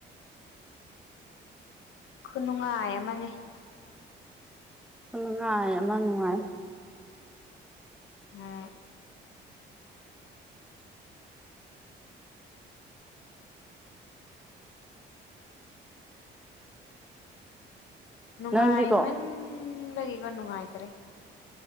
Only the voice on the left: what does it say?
ꯈꯨꯅꯨꯡꯉꯥꯏ ꯑꯃꯅꯦ
ꯑꯝ ꯅꯨꯡꯉꯥꯏꯃꯟꯕꯒꯤꯀꯣ
ꯅꯨꯡꯉꯥꯏꯈ꯭ꯔꯦ